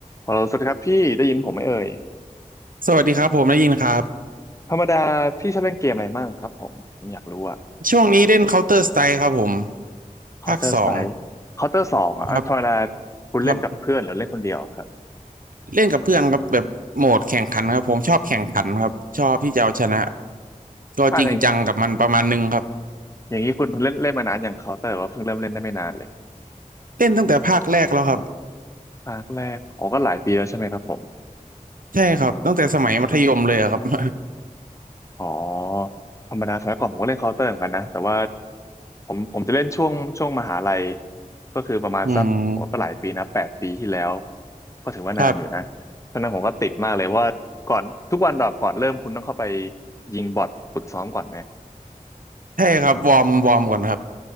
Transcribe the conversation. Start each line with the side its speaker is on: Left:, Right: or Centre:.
Left: ฮัลโหลสวัสดีครับพี่ได้ยินผมไหมเอ่ย
Right: สวัสดีครับผมได้ยินครับ
Left: ธรรมดาพี่ชอบเล่นเกมอะไรมั่งครับผมผมอยากรู้อะ
Right: ช่วงนี้เล่น Counter Strike ครับผม
Left: Counter
Right: ภาคสอง
Left: Strike Counter สองอะธรรมดา
Right: ครับ
Left: คุณเล่นกับเพื่อนหรือเล่นคนเดียวครับ
Right: ครับเล่นกับเพื่อนครับแบบโหมดแข่งขันครับผมชอบแข่งขันครับชอบที่จะเอาชนะก็จริงจังกับมันประมาณหนึงครับ
Left: อะไรอย่างอย่างนี้คุณเล่นเล่นมานานอย่าง Counter หรือว่าเพิ่งเริ่มเล่นได้ไม่นานเลย
Right: เล่นตั้งแต่ภาคแรกแล้วครับ
Left: ภาคแรกอ๋อก็หลายปีแล้วใช่ไหมครับผม
Right: ใช่ครับตั้งแต่สมัยมัธยมเลยอะครับ <laughs>
Left: อ๋อธรรมดาสมัยก่อนผมก็เล่นเคาน์เตอร์เหมือนกันนะแต่ว่าผมผมจะเล่นช่วงช่วงมหาลัยก็คือประมาณสักโอ้ก็หลายปีนะแปดปีที่แล้ว
Right: อืม
Left: ก็ถือว่านานอยู่นะ
Right: ครับ
Left: ตอนนั้นผมก็ติดมากเลยว่าก่อนทุกวันดอบก่อนเริ่มคุณต้องเข้าไปยิงบอทฝึกซ้อมก่อนไหม
Right: ใช่ครับวอร์มวอร์มก่อนครับ